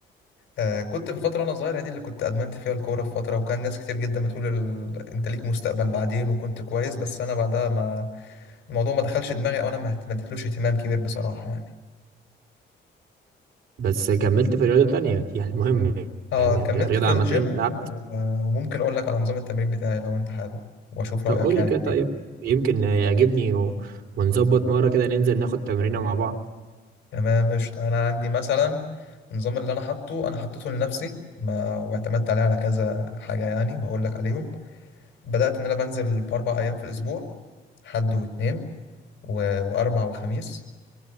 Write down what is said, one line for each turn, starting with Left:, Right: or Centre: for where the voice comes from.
Left: آه كنت في الفترة وانا صغير دي اللي كنت ادمنت فيها الكورة في فترة وكان ناس كتير جدا بتقول ال... انت ليك مستقبل بعدين وكنت كويس بس انا بعدها ما الموضوع ما دخلش دماغي او انا ما ما اديتلوش اهتمام كبير بصراحة يعني
Right: بس كملت في رياضة تانية يعني المهم
Left: اه
Right: يعني
Left: كملت
Right: الرياضة
Left: في
Right: عامة
Left: الجيم
Right: لعبت
Left: و- وممكن اقول لك على نظام التمرين بتاعي لو انت حابب واشوف
Right: طب
Left: رأيك
Right: قول
Left: يعني
Right: لي كده طيب
Left: فيه.
Right: يمكن يعجبني و... ونظبط مرة كده ننزل ناخد تمرينة مع بعض
Left: تمام قشطة انا عندي مثلا النظام اللي انا حاطه انا حطيته لنفسي ما واعتمدت عليه على كذا حاجة يعني وهقول لك عليهم بدأت ان انا بنزل باربع ايام في الاسبوع حد واثنين و- واربع وخميس